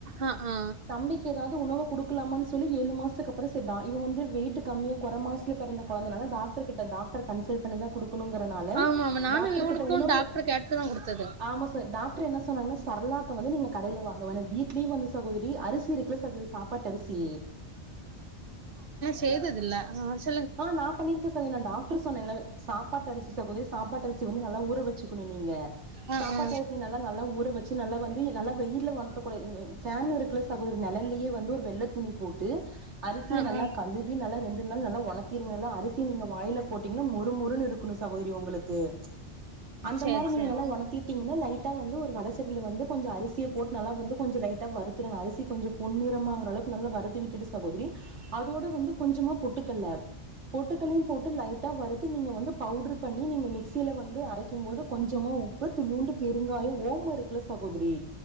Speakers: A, on the right; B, on the right.
A: ஆ ஆ
B: தம்பிக்கு எதாவது உணவு குடுக்கலாமான் சொல்லி ஏழு மாசத்துக்கு அப்புறம்செட் தா இவங்க வந்து வெயிட்டு கம்மியா கொற மாசத்ல பெறந்த கொழந்தனால டாக்டர் கிட்ட டாக்டர் கன்சல்ட் பண்ணிதா குடுக்கணும்ங்கிறனால
A: ஆமா ஆமா நானு
B: டாக்டர்
A: இவளுக்கு
B: கிட்ட உணவு
A: டாக்டர் கேட்டு தா குடுத்தது
B: ஆமா சார் டாக்டர் என்ன சொன்னாங்ன்னா சர்லாக்க வந்து நீங்க கடையில வாங் ங்க வேணா வீட்லயே வந்து சகோதரி அரிசி இருக்குல சகோதரி சாப்பாட்டு அரிசி
A: செய்ததில்ல ஆஆஅ
B: ஆ நா பண்ணிருக்கே சகோ நா டாக்டர் சொன்னேன்ல வெ சாப் சாப்பாட்டரிசி சகோதரி சாப்பாட்டரிசி வந்து நல்லா ஊற வச்சுக்கண்ணு நீங்க
A: ஆ
B: சாப்பாட்டரிசி
A: ஆ
B: நல்லா நல்லா ஊற வச்சு நல் வந்து நல்லா வெயில்ல ஒணத்தகூடா நி ஃபேன் இருக்குல சகோதரி நெழல்லயே வந்து ஒரு வெள்ளத்துணி போட்டு அரிசிய
A: ஆ
B: நல்லா
A: ஆ
B: கழுவி நல்லா ரெண்டு நாள் நல்லா ஒணத் அரிசி நீங்க வாயில போட்டீங்ன்னா மொறுமொறுன்னு இருக்கன்னு சகோதரி உங்களுக்கு அந்த
A: சேரி
B: மாரி நீங்க
A: சேரி
B: நல்லா ஒணத்திட்டீங்கன்னா லைட்டா வந்து ஒரு வடசட்டில வந்து கொஞ்ச அரிசிய போட்டு நல்லா வந்து கொஞ்ச லைட் லைட்டா வருத்துருங்க அரிசி கொஞ்ச பொன்னிறமாகுறளவுக்கு நல்லா வருத்தி விட்டுட்டு சகோதரி அதோட வந்து கொஞ்சமா பொட் பொட்டுக்கல்ல பொட்டுக்கல்லையும் போட்டு லைட்டா வறுத்து நீங்க வந்து பவுட்ரு பண்ணி நீங்க மிக்சியில வந்து அரைக்கும்போது கொஞ்சமா உப்பு துணுண்டு பெருங்காயம் ஓமோ இருக்குல சகோதரி